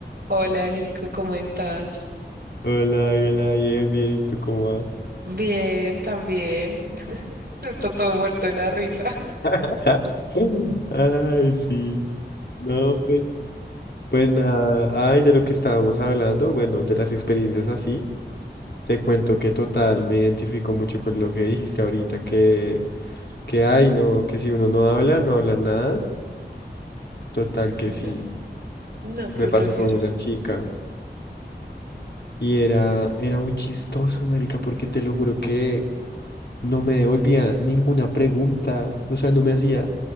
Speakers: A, on the right; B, on the left.
A: Hola Nico, ¿cómo estás?
B: Hola, hola, bien, bien, ¿y tú cómo vas?
A: Bien, también. <laughs> Está todo muerto de la risa. <laughs>
B: <laughs> Ajá. Ay, sí. No, pues, pues nada. Ay, de lo que estábamos hablando, bueno, de las experiencias así, te cuento que total me identifico mucho con lo que dijiste ahorita, que, que ay, no, que si uno no habla, no habla nada. Total que
A: No,
B: sí.
A: no, qué
B: Me pasó
A: flojera.
B: con una chica y era, era muy chistoso, marica, porque te lo juro que no me devolvía ninguna pregunta, o sea, no me hacía